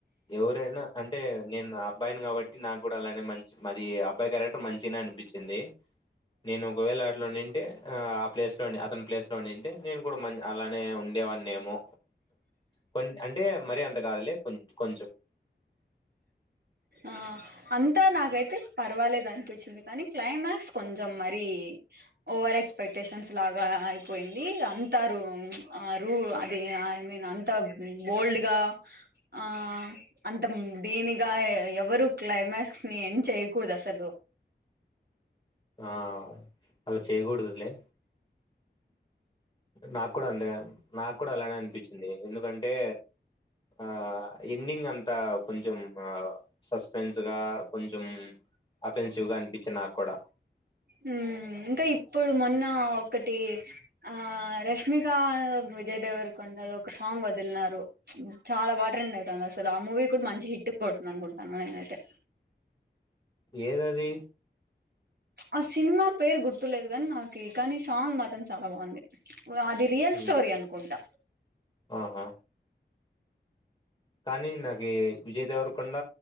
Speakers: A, on the left; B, on the right.
A: ఎవరైనా. అంటే నేను అబ్బాయిని కాబట్టి నాకు కూడా అలానే మంచ్ మాది అబ్బాయి క్యారెక్టర్ మంచ్ చిన్నె అనిపించింది. నేను ఒకవేళ అట్లో ఉనింటే ఆ ఆ ప్లేస్ లోని అతని ప్లేస్ లో ఉన్నింటే నేను కూడా మ అలానే ఉండేవాడిని ఏమో కొ అంటే మరి అంత కాదులే కొన్నీ
B: ఆ అంతా నాకైతే పర్వాలేదనిపించింది కానీ క్లైమాక్స్ కొంచెం మరి ఓవర్ ఎక్స్పెక్టేషన్స్ లాగా అయిపోయింది అంతా రూ ఆ రూ ఐ మీన్ అంత బోల్డ్ గా ఆ అంత దేనిగా ఎవరు క్లైమాక్స్ ని ఎండ్ చేయకూడదు అసలు
A: ఆ అలా చేయకూడదులే నాకు కూడాూ అందుగాని నాకు కూడా అలానే అనిపించింది ఎందుకంటే ఆ ఎండింగ్ అంతా కొంచెం సస్పెన్స్ గా కొంచెం అఫెన్సివ్ గా అనిపించి నాకు కూడా
B: మ్ ఇంకా ఇప్పుడు మొన్న ఆ ఒకటి ఆ రష్మిక విజయ్ దేవర్ కొండ ఒక సాంగ్ వదిలినారు చాలా బాగా ట్రెండ్ అయితాంది అసలు ఆ మూవీ కూడా మంచి హిట్ కొడుతుంది అనుకుంటున్నాను నేను అయితే
A: ఏది అది
B: ఆ సినిమా పేరు గుర్తు గుర్తులేదు గాని నాకీ కానీ సాంగ్ మాత్రం చాలా బాగుంది అది రియల్
A: హ్మ్.
B: స్టోరీ అనుకుంటా
A: ఆహా కానీ నాకు విజయ్ దేవరకొండ